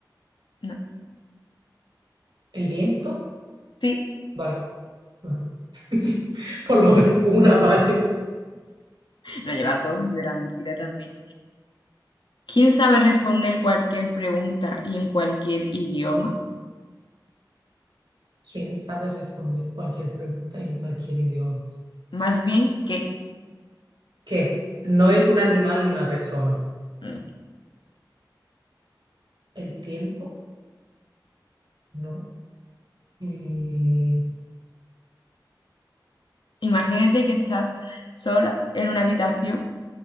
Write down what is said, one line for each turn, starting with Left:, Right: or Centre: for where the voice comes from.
Left: No.
Right: ¿El viento?
Left: Sí,
Right: Vale. vale. <laughs> Por lo menos una, vale.
Left: no llevas dos de la mentira también. ¿Quién sabe responder cualquier pregunta y en cualquier idioma?
Right: ¿Quién sabe responder cualquier pregunta y en cualquier idioma?
Left: Más bien que,
Right: ¿Qué? No es un animal ni una persona.
Left: mm,
Right: ¿El tiempo? No. Mm,
Left: imagínate que estás sola en una habitación